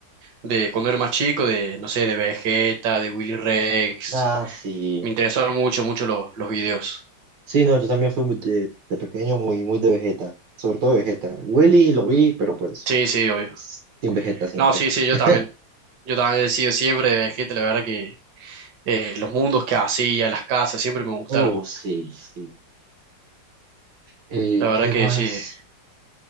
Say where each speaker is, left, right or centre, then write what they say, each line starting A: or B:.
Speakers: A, on the right (about 65°); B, on the right (about 80°).
A: de cuando era más chico, de, no sé, de Vegeta, de Willy Rex.
B: ah, sí.
A: Me interesaron mucho, mucho los, los videos.
B: Sí, no, yo también fui muy de, de pequeño muy, muy de Vegeta, sobre todo de Vegeta. Willy lo vi, pero pues
A: Sí, sí, obvio.
B: sin Vegeta siempre.
A: No, sí, sí, yo
B: <laughs>
A: también. Yo también he sido siempre de Vegeta, la verdad que eh, los mundos que hacía, las casas, siempre me gustaron.
B: Oh, sí, sí. Eh,
A: La verdad
B: ¿qué
A: que
B: más?
A: sí.